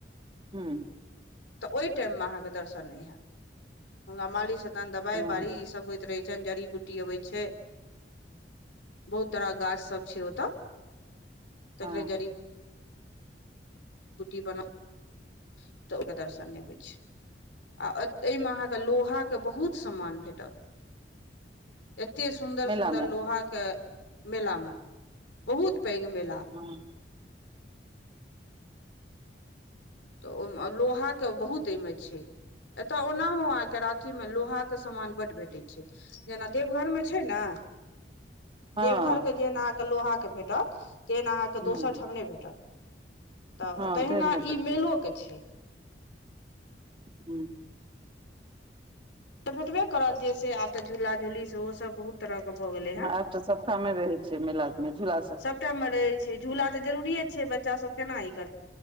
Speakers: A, on the right; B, on the left.
A: हूँ
B: तऽ ओइ टाइममे अहाँके दर्शन नइ हैत। हुंगा मालिश हऽ, तनि दबाइ
A: हँ
B: बराइश। सभ होइत रहै छै। जड़ी बूटी अबै छै, बहुत तरहके गाछ। सभ छै ओत
A: हँ
B: तखने जड़ी। चुटी बना तऽ ओकर दर्शन नहि होइ छै। आ एहिमे अहाँके लोहाके बहुत सामान भेटत। एतेक सुन्दर
A: मेला
B: सुन्दर
A: मे
B: लोहाके। मेलामे बहुत पैघ मेला।
A: हँ
B: तऽ ओहि लोहाके बहुत एहिमे छै। एतय ओनाहुँ अहाँके राँचीमे लोहाके सामान बड़ भेटै छै। जेना देवघरमे छै ने।
A: हँ
B: देवघरके जेहन अहाँके लोहाके भेटत, तेहन अहाँके
A: ह
B: दोसर ठाम नहि भेटत। तऽ
A: हँ
B: तहिना
A: टेढ़ नहि भेटै
B: ई मेलोके छै।
A: हूँ
B: तऽ भेटबे करत, जे से आज। तऽ झूला झूली सेहो सभ बहुत तरहके भऽ गेलै हँ।
A: आब तऽ सबठामे रहै छै मेला मे झूला सब
B: सभटामे रहै छै झूला, तऽ जरूरी छै, बच्चा सभ केना ई करत।